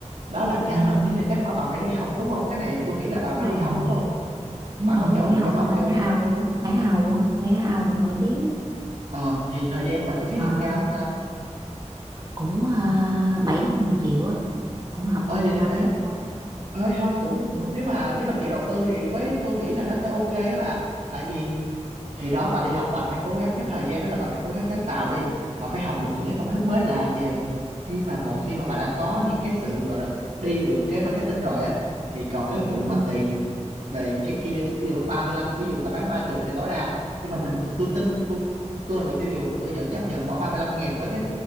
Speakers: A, on the right; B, on the right.
A: Đó là cái
B: Ừ.
A: mà ý là chắc bà phải đi học đúng không? Cái này tôi nghĩ là bà phải
B: Đúng rồi
A: đi học đúng không?
B: đúng
A: Bà
B: rồi
A: có chọn
B: tôi
A: được
B: học
A: chỗ học
B: ở bên
A: chưa?
B: Á Âu á. Á Âu á tôi Á Âu cũng nổi tiếng á
A: Ờ, thì thời gian và chi phí
B: Ờ,
A: học cao không ta?
B: cũng uh, 7 đến 10 triệu á cũng học
A: ờ
B: trong
A: vậy
B: vòng
A: thì
B: ba
A: ê
B: bốn tháng
A: ê thôi cũng
B: ừ.
A: nếu mà nếu mà chịu đầu tư thì với tôi nghĩ là nó sẽ ok á bà tại vì thì đó bà đi học bà phải cố gắng cái thời gian đó là bà phải cố gắng sáng tạo đi bà phải học được những cái công thức mới lạ về khi mà một khi mà bà đã có những cái sự gọi là đi được cái marketing rồi á thì còn cái vụ
B: Ừ.
A: mà tiền về cái kia ví dụ ba mươi lăm ví dụ ta bán ba chục thì tối đa nhưng mà mình tôi tin tôi tôi là người tiêu dùng tôi vẫn chấp nhận bỏ 35 ngàn với cái